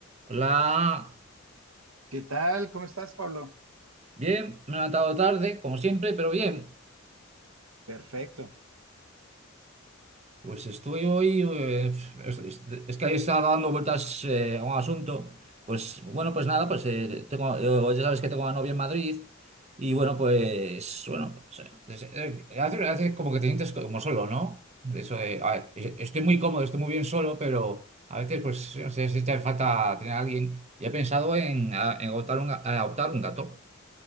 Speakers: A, on the right; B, on the right.
A: Hola,
B: ¿Qué tal? ¿Cómo estás, Pablo?
A: bien, me he levantado tarde, como siempre, pero bien.
B: Perfecto.
A: Pues estoy hoy, eh, es, es- es que ahí estaba dando vueltas eh, a un asunto. Pues bueno, pues nada, pues eh, tengo, eh, ya sabes que tengo a novia en Madrid y bueno, pues bueno, o sea, es- eh, eh, hace, hace como que te sientes como solo, ¿no? De Eso de, a ver, es- estoy muy cómodo, estoy muy bien solo, pero a veces pues no sé, se echa de falta tener a alguien. Y he pensado en, a- en adoptar un, ga- eh, adoptar un gato